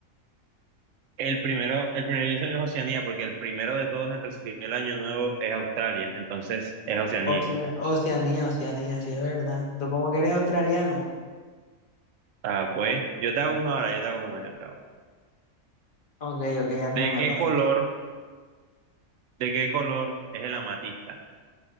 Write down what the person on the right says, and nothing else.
El primero, el primero yo sé que es Oceanía, porque el primero de todos en recibir el año nuevo es Australia, entonces es Oceanía.
Ah, pues, yo te hago una ahora, yo te hago una, yo te hago.
¿De
qué
color,
de qué color es el amatista?